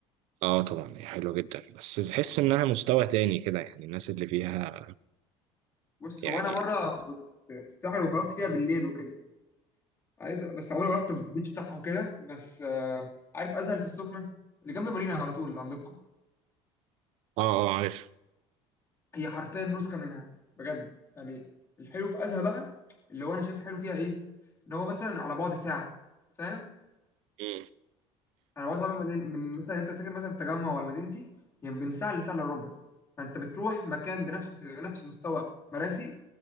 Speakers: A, on the right (about 60°); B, on the left (about 25°).
A: اه طبعا هي حلوة جدا بس تحس انها مستوى تاني كده يعني الناس اللي فيها
B: بص
A: يعني
B: هو انا مرة كنت في الساحل وخرجت فيها بالليل وكده عايز بس عمري ما رحت البيتش بتاعها وكده بس آه، عارف ازهل في السخنة اللي جنب مارينا على طول اللي عندكم
A: اه اه عارف
B: هي حرفيا نسخة منها بجد يعني الحلو في ازهى بقى اللي هو انا شايف حلو فيها ايه ان هو مثلا على بعد ساعة فاهم
A: مم.
B: انا بعد ساعة من مدين... من مثلا انت ساكن مثلا في التجمع ولا مدينتي هي يعني بين ساعة لساعة الا ربع فانت بتروح مكان بنفس نفس مستوى مراسي